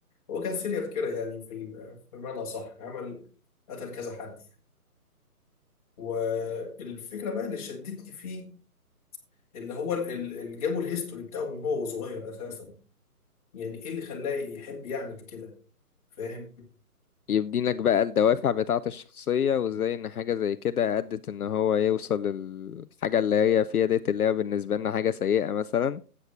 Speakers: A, on the left; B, on the left.
A: هو كان سيريال كده يعني في ال- بمعنى صح عمل قتل كذا حد والفكرة بقى اللي شدتني فيه اللي هو ال- ال- اللي جابوا الهيستوري بتاعه من هو صغير أساسا يعني إيه اللي خلاه يحب يعمل كده فاهم
B: يبدينك بقى الدوافع بتاعه الشخصيه وازاي ان حاجه زي كده ادت ان هو يوصل للحاجه اللي هي فيها ديت اللي هي بالنسبه لنا حاجه سيئه مثلا